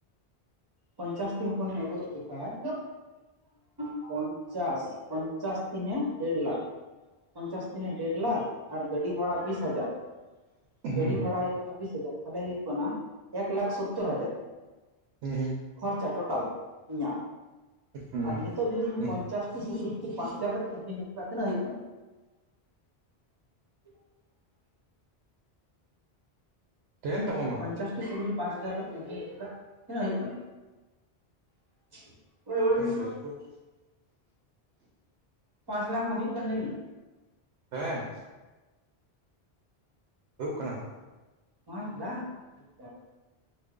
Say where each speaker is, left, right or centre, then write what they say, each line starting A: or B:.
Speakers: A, on the right (about 25°); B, on the right (about 85°).
A: ᱯᱚᱧᱪᱟᱥᱴᱤ ᱦᱚᱯᱚᱱᱤᱧ ᱟᱹᱜᱩ ᱞᱮᱠᱚᱠᱷᱟᱱ <inaudible> ᱯᱚᱧᱪᱟᱥ ᱯᱚᱧᱪᱟᱥ ᱛᱤᱱᱮ ᱰᱮᱲ ᱞᱟᱠᱷ᱾ ᱯᱚᱧᱪᱟᱥ ᱛᱤᱱᱮ ᱰᱮᱲ ᱞᱟᱠᱷ ᱟᱨ ᱜᱟᱹᱰᱤ ᱵᱷᱟᱲᱟ ᱵᱤᱥ ᱦᱟᱡᱟᱨ᱾
B: ᱦᱩᱸ
A: ᱜᱟᱹᱰᱤ ᱵᱷᱟᱲᱟ ᱦᱩᱭᱩᱜ ᱠᱟᱱᱟ ᱵᱤᱥ ᱦᱟᱡᱟᱨ ᱛᱟᱦᱚᱞᱮ ᱦᱩᱭᱩᱜ ᱠᱟᱱᱟ ᱮᱠ ᱞᱟᱠᱷ ᱥᱳᱛᱛᱳᱨ ᱦᱟᱡᱟᱨ᱾
B: ᱦᱩᱸ
A: ᱠᱷᱚᱨᱪᱟ ᱴᱳᱴᱟᱞ ᱤᱧᱟᱜ
B: ᱦᱩᱸ
A: ᱟᱨᱢᱤᱫ ᱱᱤᱛᱚᱜ ᱡᱩᱫᱤ
B: ᱦᱩᱸ
A: ᱯᱚᱧᱪᱟᱥᱴᱤ ᱥᱩᱠᱨᱤ ᱯᱟᱸᱪ ᱦᱟᱡᱟᱨ ᱠᱟᱛᱤᱧ ᱟᱹᱠᱷᱨᱤᱧ ᱞᱮᱠᱷᱟᱱ ᱛᱤᱱᱟᱹᱜ ᱦᱩᱭᱩᱜ ᱠᱟᱱᱟ? <unintelligible>
B: ᱛᱟᱦᱮᱱ ᱛᱟᱢᱟ ᱟᱢᱟᱜ
A: ᱯᱚᱧᱪᱟᱥᱴᱤ ᱥᱩᱠᱨᱤ ᱯᱟᱸᱪ ᱦᱟᱡᱟᱨ ᱠᱟᱛᱤᱧ ᱟᱹᱠᱷᱨᱤᱧ ᱴᱳᱴᱟᱞ ᱛᱤᱱᱟᱹᱜ ᱦᱩᱭᱩᱜ ᱠᱟᱱᱟ? <inaudible>
B: ᱫᱟᱹᱲ ᱜᱮᱞ ᱠᱩᱴ
A: ᱯᱟᱸᱪ ᱞᱟᱠᱷ ᱢᱟ ᱦᱩᱭᱩᱜ ᱠᱟᱱ ᱛᱟᱞᱤᱧ᱾
B: ᱦᱮᱸ᱾ ᱦᱩᱭᱩᱜ ᱠᱟᱱᱟ᱾
A: ᱯᱚᱸᱪ ᱞᱟᱠᱷ <inaudible>